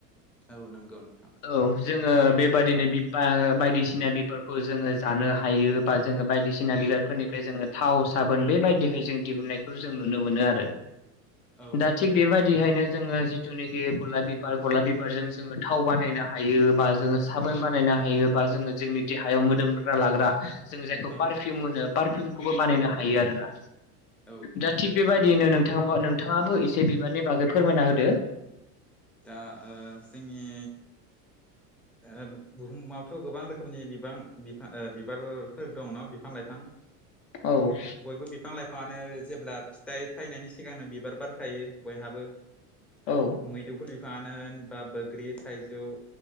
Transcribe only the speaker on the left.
औ जोङो बेबादिनो <unintelligible> बायदिसिना बिबारखौ जोङो जानो हायो। बा जोङो बायदिसिना बिबारफोरनिफ्राय जोङो थाव साबोन बेबायदिहाय जों दिहुननायखौ जों नुनो मोनो आरो।
दा थिग बेबायदिहायनो जोङो जिथुनाखि गलाब बिबार गलाब बिबारजों जोङो थाव बानायनो हायो बा जोङो साबोन
बानायनो हायोबा जोङो जोंनि देहायाव मोदोमग्रा लाग्रा जों जायखौ
पारफिउम होनो पारफिउमखौबो बानायनो
हायो
आरोना
दा थि बेबायदिनो नोंथाङा नोंथाङाबो एसे बिबारनि बागै फोरमायना होदो।
औ
औ